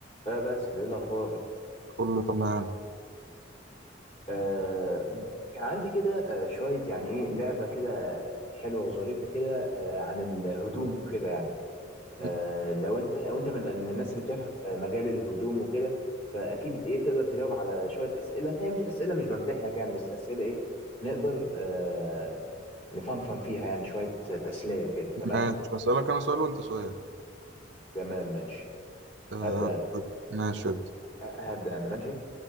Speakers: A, on the left; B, on the right.
A: اه باسل ايه الاخبار
B: كله تمام
A: آه كان عندي كده آه شويه يعني ايه لعبه كده حلوه وظريفه كده آه عن الهدوم وكده يعني
B: مم.
A: آه لو انت وانت من من الناس اللي بتفهم في مجال الهدوم وكده فاكيد ايه تقدر تجاوب على شويه اسئله هي مش اسئله مش بمتحنك يعني بس اسئله ايه نقدر آه نفنفن فيها يعني شويه تسليه كده تمام
B: ماشي هسألك أنا سؤال وأنت سؤال
A: تمام ماشي
B: آه
A: ابدا انا
B: طيب. ماشي ابدأ
A: آه، هبدا انا ماشي